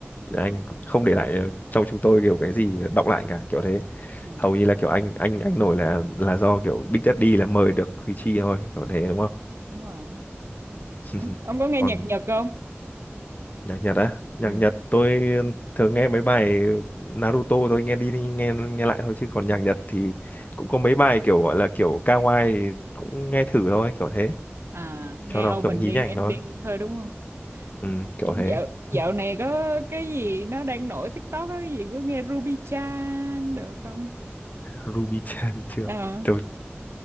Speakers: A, on the left; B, on the right.
A: anh không để lại ờ, trong chúng tôi kiểu cái gì đọng lại cả kiểu thế
B: Ừ,
A: hầu như là kiểu anh anh anh nổi là là do kiểu Big Daddy là mời được Thùy Chi thôi kiểu thế đúng không
B: đúng rồi.
A: <laughs>
B: Ông, ông có nghe
A: còn
B: nhạc Nhật không?
A: Nhạc Nhật á, nhạc
B: Ừ.
A: Nhật tôi thường nghe mấy bài Naruto tôi nghe đi nghe nghe lại thôi chứ còn
B: ừ.
A: nhạc Nhật thì cũng có mấy bài kiểu gọi là kiểu kawaii thì cũng nghe thử thôi, kiểu thế,
B: À, nghe
A: cho nó
B: opening
A: kiểu nhí nhảnh
B: ending
A: thôi.
B: thôi đúng không?
A: Ừ, kiểu
B: Ừ,
A: thế.
B: Dạo dạo
A: <laughs>
B: này có cái gì nó đang nổi TikTok á, cái gì cứ nghe Ruby Chan được không?
A: Ruby Chan chưa?
B: Ờ
A: Tôi